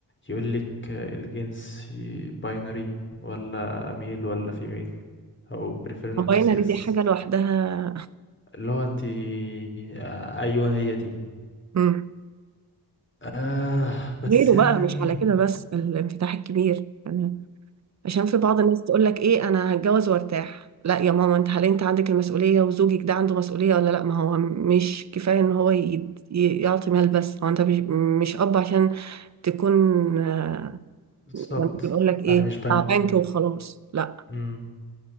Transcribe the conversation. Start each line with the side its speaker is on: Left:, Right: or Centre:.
Left: يقول لك الجنس باينري ولا ميل ولا فيميل او بريفير نوت
Right: الباينري
Left: سي بس
Right: دي حاجه لوحدها
Left: اللي هو انت آه، ايوه هي دي
Right: مم.
Left: آه بس
Right: غيره
Left: يعني
Right: بقى مش على كده بس الانفتاح الكبير يعني عشان في بعض الناس تقول لك ايه انا هتجوز وارتاح لا يا ماما انت هل انت عندك المسؤوليه وزوجك ده عنده مسؤوليه ولا لا ما هو مش كفايه ان هو يد- ي- يعطي مال بس هو انت مش مش اب عشان تكون آه،
Left: بالظبط
Right: لما بنقول لك ايه
Left: انا مش بنك
Right: بتاع بنك وخلاص لا
Left: امم